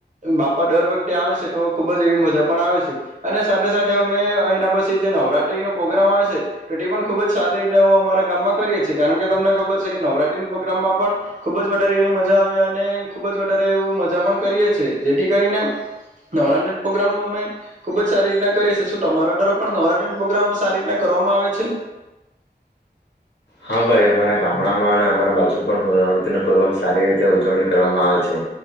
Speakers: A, on the right (about 45°); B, on the left (about 80°).
A: બાપા ડર વતે આવે છે તો ખુબ જ એવી મજા પણ આવે છે અને સાથે સાથે અમે એના પછી જે નવરાત્રી પ્રોગ્રામ આવે છે તો તે પણ ખુબ જ સારી રીતેું અમારા ગામમાં કરીએ છીએ કારણ કે તમને ખબર છે કે નવરાત્રી પ્રોગ્રામ ખુબ જારે એવી મજા આવે અને ખુબ જ વધારે એવ મજા પણ કરીએ છે જેથી કરીને નવરાત્રી પ્રોગ્રામ અમે ખુબ જ સારી રીતના કરીએ છીએ શું તોરા પણ નવરાત્રી પ્રોગ્રામ સારી રીતના કરવામાં આવે છે.
B: હા ભાઈ અમારા ગામડામાં અને અમારા બાજુ <unintelligible> ન પ્રોગ્રામ સારી રીતે ઉજવણી કરવામાં આવે છે.